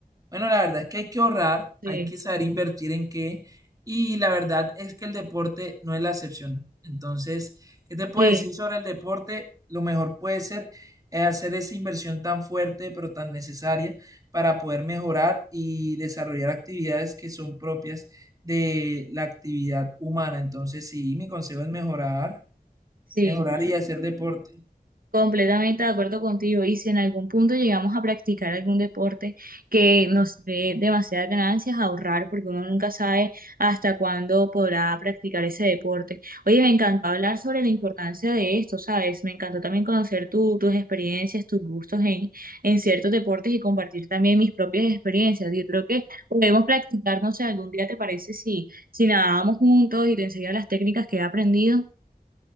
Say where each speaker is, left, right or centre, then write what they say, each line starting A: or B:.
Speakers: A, on the right (about 20°); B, on the right (about 65°).
A: Bueno, la verdad es que hay que ahorrar,
B: Sí,
A: hay que saber invertir en qué, y la verdad es que el deporte no es la excepción. Entonces, ¿qué te puedo
B: sí,
A: decir sobre el deporte? Lo mejor puede ser eh, hacer esa inversión tan fuerte, pero tan necesaria para poder mejorar y desarrollar actividades que son propias de la actividad humana. Entonces, sí, mi consejo es mejorar,
B: sí.
A: mejorar y hacer deporte.
B: Completamente de acuerdo contigo. Y si en algún punto llegamos a practicar algún deporte que nos dé demasiadas ganancias, ahorrar, porque uno nunca sabe hasta cuándo podrá practicar ese deporte. Oye, me encantó hablar sobre la importancia de esto, ¿sabes? Me encantó también conocer tu- tus experiencias, tus gustos en, en ciertos deportes y compartir también mis propias experiencias. Yo creo que podemos practicar, no sé, algún día te parece si, si nadábamos juntos y te enseño las técnicas que he aprendido.